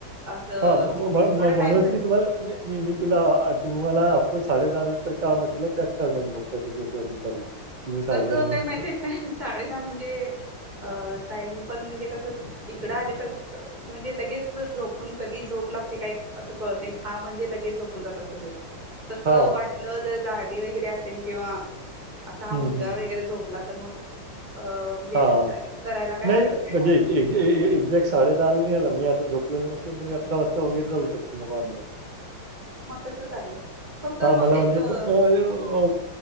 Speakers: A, on the right; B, on the right.
A: असं
B: हा म्हणूनच
A: थोडा टाइम भेटतो
B: मी तुम्हाला
A: ना
B: तुला तुम्हाला आफ्टर साडे दहा नंतर का म्हटलं त्याच कारणाने म्हटलं तस दुपारी की मी
A: कसं होतय
B: नंतर
A: माहिती आहे काय, साडे दहा म्हणजे अ टाइम पण म्हणजे कसं इकडं आलं तर म्हणजे लगेच झोपून कधी झोप लागते काय असं कळत नाही, दहा म्हणजे लगेच झोपून जातात सगळे. तस
B: हां, हां.
A: वाटलं जर जागे वगैरे असेल किंवा, असा हा
B: हं,
A: मुलगा
B: हं,
A: वगैरे झोपला तर मग अ म्हणजे
B: हा
A: करायला काय
B: नाही,
A: हरकत
B: म्हणजे
A: टास्क
B: एक्झॅक्ट साडेदाहाला मी आता झोपतो. जर नसतील तर मग आत्ता मी असतो ऑनलाईन,
A: <unintelligible> हा मग तसं चालेल फक्त
B: हां, मला म्हणजे
A: एक, <unintelligible>
B: अ, अ,